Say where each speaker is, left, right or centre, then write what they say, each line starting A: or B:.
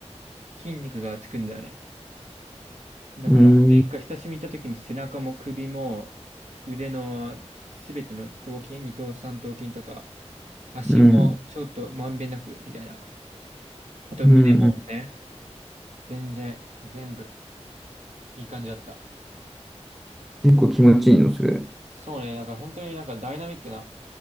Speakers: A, on the right; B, in the centre.
A: 筋肉がつくんだよね。だから前回久しぶりに行った時も背中も首も
B: うん。
A: 腕のすべての頭筋、二頭三頭筋とか足もちょっとまんべんなくみたいな。
B: うん。
A: あと胸もね、
B: うん。うん
A: 全然全部いい感じだった。
B: 結構気持ちいいの、それ。
A: そうね、だから本当になんかダイナミックな、